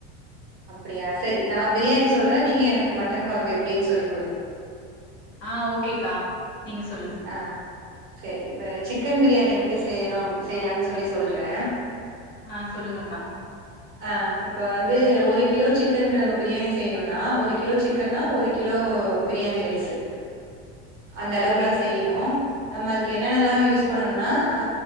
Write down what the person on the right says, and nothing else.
அப்டியா செரி நா பிரியாணி சொல்றே நீங்க எனக் மட்டன் கொழம்பு எப்டின் சொல்லி குடுங்க
ஆ செ இப்ப சிக்கன் பிரியாணி எப்டி செய்றோ அப் செய்லான் சொல்லி சொல்றே
ஆ இப்ப வந்து ஒரு கிலோ சிக்கன்க்கு நம்ம பிரியாணி செய்ணுனா ஒரு கிலோ சிக்கன்னா ஒரு கிலோ பிரியாணி ரைஸு அந்த அளவுல்லா
செய்ணு நம்ம அதுக்கு என்னென்னல்லா யூஸ்
பண்ணனுனா ஆ